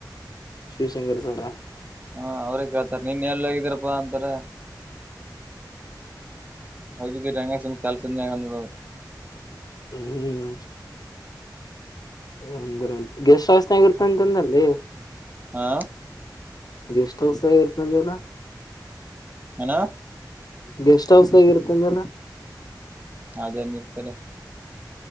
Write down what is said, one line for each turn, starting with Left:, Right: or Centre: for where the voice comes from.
Left: ಶಿವಶಂಕರ್ ಸರ್ರ
Right: ಹಾ ಅವ್ರೇ ಕೇಳ್ತಾರ ನೀನ್ ಎಲ್ಲಗಿದ್ದರಪ್ಪಾ ಅಂತಾರ <unintelligible> ಸುಮ್ನೆ ಕೆಲ್ಸದ್ಮೇಲೆ ಅಂದ್ಬಿಡೋದು
Left: ಹ್ಮ್ ಹ್ಮ್ <unintelligible> ಗೆಸ್ಟ್ ಹಸ್ ಆಗಿರ್ತ ಅಂತಂದಲ್ಲಿ
Right: ಹಾ
Left: ಗೆಸ್ಟ್ ಹೌಸ್ ಆಗ ಇರ್ತಂಗಲ್ಲ
Right: ಏನಾ
Left: ಗೆಸ್ಟ್ ಹೌಸ್ ಆದಾಗ ಇರ್ತಿದಲ್ಲ
Right: ಅದೇ ನೀರ್ತಲ್ಲ